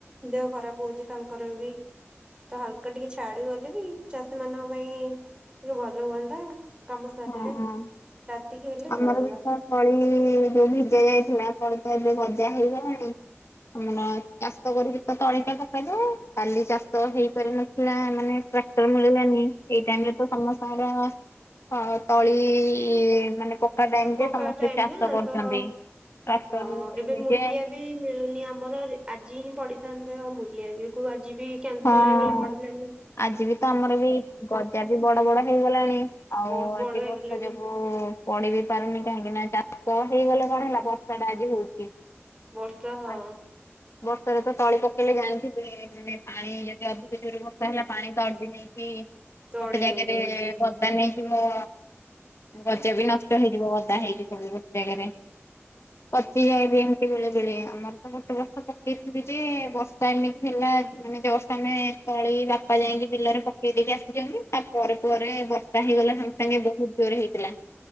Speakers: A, on the right; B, on the left.
A: ଦେହ ଖରାପ ହଉଛି ତାଙ୍କର ବି। ତ ହାଲକା ଟିକେ ଛାଡି ଗଲେ ବି ଚାଷୀ ମାନଙ୍କ ପାଇଁ ଟିକେ ଭଲ ହୁଅନ୍ତା। କାମ ସାରିଲେ
B: ହଁ
A: ରାତିକି ହେଲେ
B: ଆମର
A: ଚଳନ୍ଦା।
B: ବି ତ ତଳି ଯୋଉ ଭିଜା ଯାଇଥିଲା କଣ ତ ଏବେ ଗଜା ହେଇଗଲାଣି? ଆମର ଚାଷ କରିକି ତ ତଳିଟା ପକାଯାଏ କାଲି ଚାଷ ହେଇପାରିନଥିଲା ମାନେ ଟ୍ରାକ୍ଟର ମିଲିଲାନି ଏଇ ଟାଇମିରେ ତ ସମସ୍ତଙ୍କର ହ ତଳି ମାନେ ପ କା ଟାଇମ
A: ପକା
B: ଯେ ସମସ୍ତେ
A: ଟାଇମ
B: ଚାଷ
A: ନା
B: କରୁଛନ୍ତି
A: ତ
B: ଚାଷ
A: ହଁ
B: ନିଜେ
A: ଏବେ ମୂଲିଆ ବି ମିଳୁନି ଆମର ଆଜି ହିଁ ପଡିିଥାନ୍ତେ ଆଉ ମୁଲିଆ ଯୋଗୁ ଆଜି ବି କ୍ୟାନସଲ
B: ହଁ
A: ହେଇଗଲା ପଡିଲାଣିି।
B: ଆଜି ବି ତ ଆମର ବି ଗଜା ବି ବଡ ବଡ ହେଇଗଲାଣି ଆଉ
A: ବହୁତ ବଡ
B: ଆଜି
A: ହେଇଗଲେଣି
B: ବର୍ଷା ଯୋଗୁ ପଡି ବିି ପାରୁନି କାହିଁକି ନା ଚାଷ ହେଇଗଲେ କଣ ହେଲା ବର୍ଷାଟା ଆଜି ହଉଛି!
A: ବର୍ଷା ହଁ।
B: ଆଉ ବର୍ଷାରେ ତଳି ପକେଇଲେ ଜାଣିଥିବେ ମାନେ ପାଣି ଯଦି ଅଧିକ ଜୋର ବର୍ଷା ହେଲା ପାଣି ତ ଅଡଦି ନେଇକି
A: ତଡି
B: ଗୋଟେ ଜାଗାରେ
A: ନେଇଯାଉଛି
B: ପ <inaudible> ଓଦା ନେଇଯିବ ଗଜା ବି ନଷ୍ଟ ହେଇଯିବ ଓଦା ହେଇଯିବ ବି ଗୋଟେ ଜାଗାରେ। <unintelligible> ପଚିଯାଏବି ଏମିତି ବେଳେ ବେେଳେ ଆମର ତ ଗୋଟେ ବର୍ଷ ପକେଇଥିଲି ଯେ ବର୍ଷା ଏମିତି ହେଲା। ମାନେ ଜଷ୍ଟ୍ ଆମେ ତଳି ବାପା ଯାଇକି ବିଲରେ ପକେଇ ଦେଇକି ଆସିଛନ୍ତି ତା ପରେ ପରେ ବର୍ଷା ହେଇଗଲା ସମ ସାଙ୍ଗେ ବହୁତ ଜୋରେ ହେଇଥିଲା।